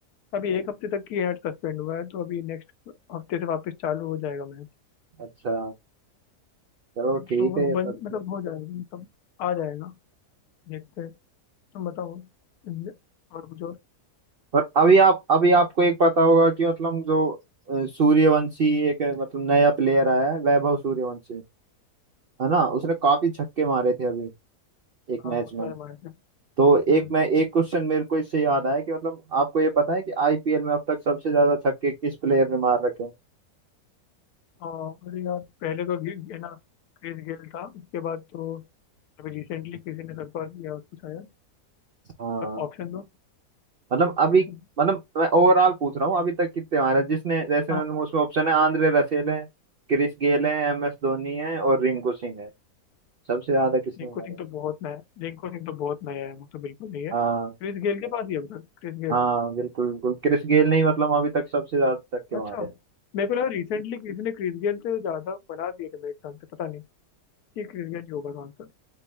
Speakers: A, on the left; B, on the right.
A: अभी एक हफ्ते तक की हैट सस्पेंड हुआ है तो अभी नेक्स्ट हफ्ते से वापस चालू हो जाएगा मैच
B: अच्छा चलो
A: तो
B: ठीक है ये
A: बन
B: सब
A: मतलब हो जाएगा मतलब आ जाएगा देखते हैं तुम बताओ इंडिया और कुछ और
B: और अभी आप अभी आपको एक पता होगा कि मतलब जो अ, सूर्यवंशी एक अ, मतलब नया प्लेयर आया है वैभव सूर्यवंशी है ना
A: हाँ
B: उसने काफी छक्के मारे थे अभी एक
A: हाँ
B: मैच
A: बहुत
B: में
A: सारे मारे थे
B: तो
A: हम्म
B: एक मैं एक क्वेश्चन मेरे को इससे याद आया कि मतलब आपको ये पता है कि आईपीएल में अब तक सबसे ज्यादा छक्के किस प्लेयर ने मार रखे हैं
A: हाँ अरे यार पहले तो घी- ये ना क्रिस गेल था उसके बाद तो अभी रिसेंटली किसी ने सरपास किया उसको शायद
B: हाँ
A: ऑप्शन दो
B: मतलब अभी
A: ऑप्शन
B: मतलब मैं ओवरऑल पूछ रहा हूँ अभी तक कितने मारे हैं? जिसने जैसे
A: हाँ
B: मैंने
A: पता
B: उसमें
A: नहीं
B: ऑप्शन है आंद्रे रसेल है क्रिस गेल है एम एस धोनी है और रिंकू सिंह है सबसे ज्यादा किसने
A: रिंकू
B: मारे
A: सिंह तो बहुत नया रिंकू सिंह तो बहुत नया है वो तो बिल्कुल नहीं है
B: हाँ
A: क्रिस गेल के पास ही है अब तक क्रिस गेल
B: हाँ बिल्कुल बिल्कुल क्रिस गेल ने ही मतलब अभी तक सबसे ज्यादा छक्के
A: अच्छा
B: मारे हैं।
A: मेरे को लगा रिसेंटली किसी ने क्रिस गेल से ज़्यादा बना दिए थे मेरे ख्याल से पता नहीं कि क्रिस गेल ही होगा तो आंसर